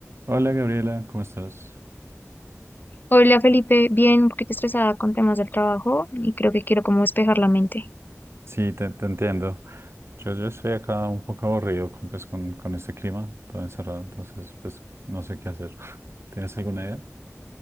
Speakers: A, on the right (about 50°); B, on the left (about 35°).
A: Hola Gabriela, ¿cómo estás?
B: Hola Felipe, bien, un poquito estresada con temas del trabajo y creo que quiero como despejar la mente.
A: Sí, te, te entiendo. Yo, yo estoy acá un poco aburrido con, pues, con, con este clima, todo encerrado, entonces pues no sé qué hacer. <laughs> ¿Tienes alguna idea?